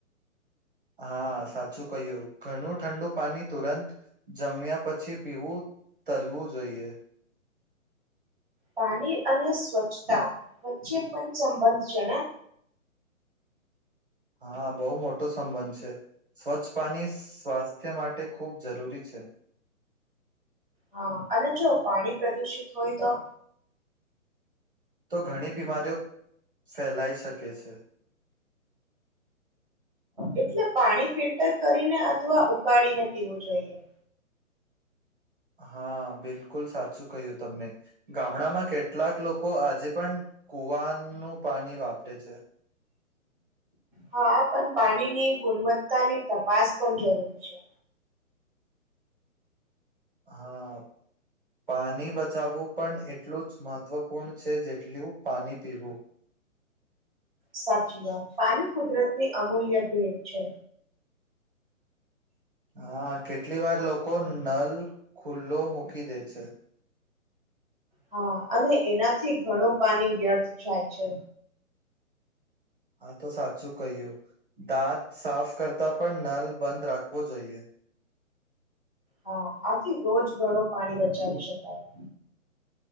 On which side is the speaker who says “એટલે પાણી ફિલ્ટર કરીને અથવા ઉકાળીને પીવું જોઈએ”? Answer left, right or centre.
Centre